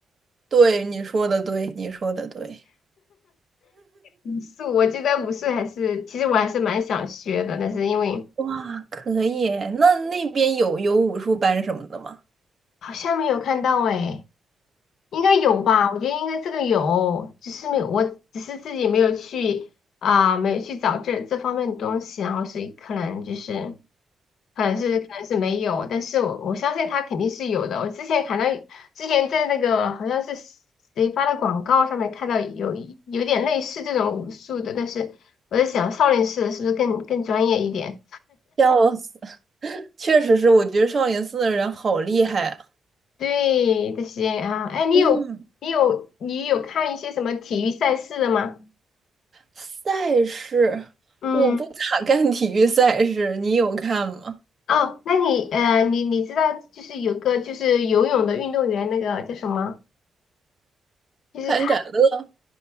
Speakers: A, on the right (about 30°); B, on the left (about 75°).
A: 对，你说的对，你说的对。
B: 武术，我觉得武术还是，其实我还是蛮想学的，但是因为。
A: 哇，可以耶那那边有有武术班什么的吗？
B: 好像没有看到诶，应该有吧？我觉得应该这个有，只是没有，我只是自己没有去啊、没有去找这这方面的东西，然后所以可能就是，可能是可能是没有，但是我我相信它肯定是有的。我之前看到，之前在那个好像是谁发的广告上面看到有有点类似这种武术的，但是我在想少林寺的是不是更更专业一点？
A: 笑死，<laughs> 确实是，我觉得少林寺的人好厉害啊。
B: 对这些啊，哎，你有你有你有看一些什么体育赛事的吗？
A: 嗯。赛事，
B: 嗯，
A: 我不咋看体育赛事，你有看吗？
B: 哦，那你呃，你你知道就是有个就是游泳的运动员，那个叫什么？就是他
A: 潘展乐、